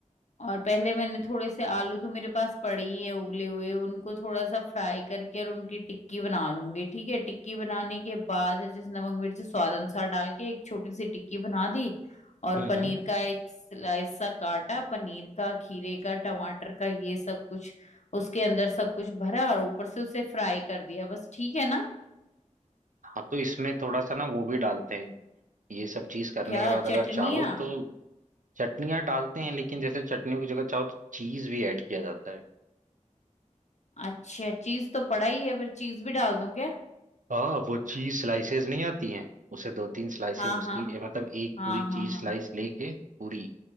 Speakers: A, on the left; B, on the right.
A: और पहले मैंने थोड़े से आलू तो मेरे पास पड़े ही हैं उबले हुए उनको थोड़ा सा फ्राई करके और उनकी टिक्की बना लूंगी ठीक है टिक्की बनाने के बाद जिस नमक मिर्च स्वाद अनुसार डाल के एक छोटी सी टिक्की बना दी और
B: हम्म
A: पनीर
B: हम्म।
A: का एक स्लाइस सा काटा पनीर का खीरे का टमाटर का ये सब कुछ उसके अंदर सब कुछ भरा और ऊपर से उसे फ्राई कर दिया बस ठीक है ना
B: हाँ तो इसमें थोड़ा सा ना वो भी डालते हैं ये सब चीज करने
A: क्या
B: के बाद अगर
A: चटनियाँ
B: चाहो तो चटनियाँ डालते हैं लेकिन जैसे चटनियों की जगह चाहो तो चीज भी ऐड किया जाता है
A: अच्छा चीज तो पड़ा ही है फिर चीज भी डाल दूं क्या
B: हाँ वो चीज स्लाइसेस नहीं आती हैं उसे दो तीन स्लाइसेस
A: हाँ
B: उसकी
A: हाँ
B: ए, मतलब एक
A: हाँ
B: पूरी
A: हाँ
B: चीज
A: हाँ
B: स्लाइस लेके पूरी